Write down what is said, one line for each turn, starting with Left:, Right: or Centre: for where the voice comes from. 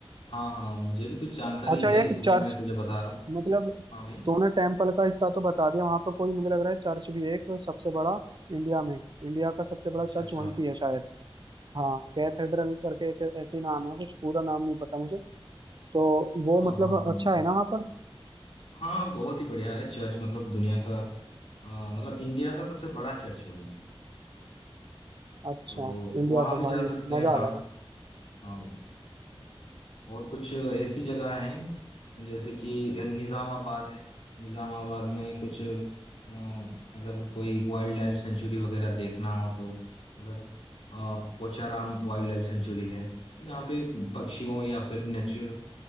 Left: हाँ हाँ मुझे भी कुछ जानकारी
Right: अच्छा
Left: है
Right: एक
Left: इसीलिए
Right: चर्च
Left: मैं तुझे बता रहा हूँ
Right: मतलब
Left: हाँ भाई
Right: तूने टेम्पल का इसका तो बता दिया वहां पर कोई मुझे लग रहा है चर्च भी है एक सबसे बड़ा इंडिया में इंडिया का सबसे बड़ा
Left: अच्छा
Right: चर्च
Left: अच्छा
Right: वहीं पे है शायद हाँ कैथेड्रल करके एक ऐसी नाम है कुछ पूरा नाम नहीं पता मुझे तो वो
Left: हाँ
Right: मतलब
Left: हाँ हाँ
Right: अच्छा
Left: हाँ
Right: है ना वहाँ पर
Left: हाँ, बहुत ही बढ़िया है चर्च मतलब दुनिया का अ, मतलब इंडिया का सबसे बड़ा चर्च है वो
Right: अच्छा
Left: तो
Right: इंडिया
Left: वहां
Right: का
Left: भी
Right: भाई
Left: जा सकते हैं
Right: मजा
Left: हाँ
Right: आ रहा
Left: हाँ भाई और कुछ ऐसी जगह हैं जैसे कि निज़ामाबाद है निज़ामाबाद में कुछ अ, अगर कोई वाइल्ड लाइफ सेंचुरी वगैरह देखना हो तो उधर अ, पोचाराम वाइल्ड लाइफ सेंचुरी है यहाँ पे पक्षियों या फिर नेचर